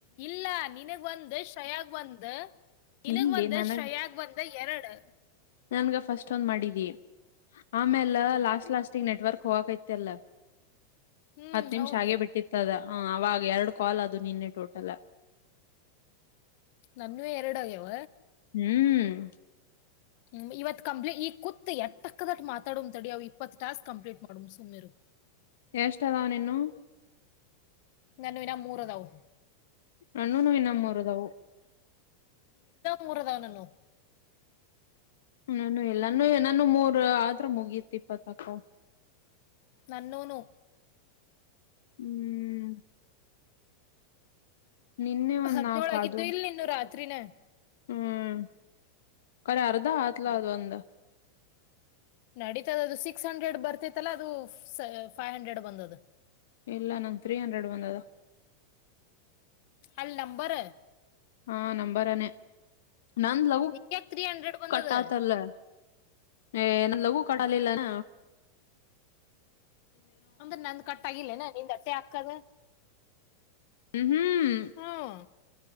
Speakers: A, on the left; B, on the left.
A: ಇಲ್ಲ ನಿನಗ್ ಒಂದು ಶ್ರಯಾಗ್ ಬಂದು ನಿನಗ್
B: ಇಲ್ಲಿ
A: ಒಂದು
B: ನನಗ್
A: ಶ್ರಯಾಗ ಒಂದು <unintelligible> ಅ ಎರಡು
B: ನನ್ಗ ಫಸ್ಟ್ ಒಂದ್ ಮಾಡಿದಿ <unintelligible> ಆಮೇಲ್ಲ ಲಾಸ್ಟ್ ಲಾಸ್ಟಗ್ ನೆಟ್ವರ್ಕ್ ಹೋಗಾಯಿತ್ತಲ್ಲ
A: ಹ್ಮ್
B: ಹತ್ತು ನಿಮಿಷ
A: ಹೌದು
B: ಹಾಗೆ ಬಿಟ್ಟಿತ್ತದ ಹ ಅವವಾಗ ಎರಡು ಕಾಲ್ ಅದು ನಿನ್ನೆ ಟೋಟಲ
A: ನನ್ವು ಎರಡುಗ್ಯವ
B: ಹ್ಮ್
A: ಹ್ಮ್ ಇವತ್ ಕಂಪ್ ಈ ಕೂತ್ ಎಟ್ಟಕ್ಕದಟ್ಟ ಮಾತಾಡಂಂತಡಿ ಅವವು ಇಪ್ಪತ್ ಟಾಸ್ಕ್ ಕಂಪ್ಲೀಟ್ ಮಾಡ ಕಡ <unintelligible> ಸುಮಿರು
B: ಎಷ್ಟ ಅದಾವ ನೀನು <unintelligible>
A: ನಾನುವು ಇನೂ ಮೂರುದಾವು
B: ನ್ಣೂನು ಇನ್ನ ಮೂರುದವು
A: ಮೂರದಾವಣ್ಣು <unintelligible>
B: ನಾನು ಇಲ್ಲಾನು ನಾನು ಮೂರ್ ಆದ್ರ ಮುಗಿತಿ ಇಪ್ಪತ್ತಕೋ <unintelligible>
A: ನನ್ನೋನು
B: ಹ್ಮ್ ನಿನ್ನೆ ಒಂದ್
A: ಹದ್
B: ನಾಕ್
A: ನ್ಯೋಳ್ ಆಗಿದ್ದು
B: ಅದು
A: ಇಲ್ ನೀನು ರಾತ್ರಿನೇ.
B: ಹ್ಮ್ ಕಡೆ ಅರ್ಧ ಹತ್ಲ ಅದು ಒಂದು.
A: ನಡೀತದ ಅದು ಸಿಕ್ಸ್ ಹಂಡ್ರೆಡ್ ಬರ್ತಿತ್ತಲ್ಲ ಅದು ಫೈವ್ ಹಂಡ್ರೆಡ್ ಬಂದದು.
B: ಇಲ್ಲ ನಂಗ್ ತ್ರೀ ಹಂಡ್ರೆಡ್ ಬಂದದ.
A: ಅಲ್ಲ್ ನಂಬರ.
B: ಹಾ ನಂಬರನೇ ನಂದ ಲವ
A: ನಿಕ್ಯಾಕ್ ತ್ರೀ ಹಂಡ್ರೆಡ್ ಬಂದದ
B: ಕಟ್ ಆತಲ್ಲ. ಹಏ ನಂದ್ ಲಘು ಕಡಾಲಲ್ಲ ನ.
A: ಅಂದ್ರೆ ನಂದ ಕಟ್ಟ ಆಗಿಲ್ಲೇನ ನಿಂದಟ್ಟೆ ಹಾಕದ.
B: ಹ್ಮ್
A: ಹ್ಮ್